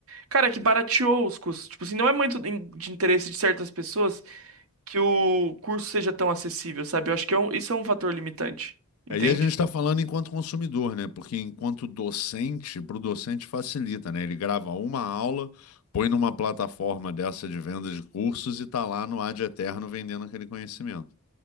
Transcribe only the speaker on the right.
Cara, é que barateou os custos. Tipo assim, não é muito in- de interesse de certas pessoas que o curso seja tão acessível, sabe? Eu acho que é um- isso é um fator limitante,
entende?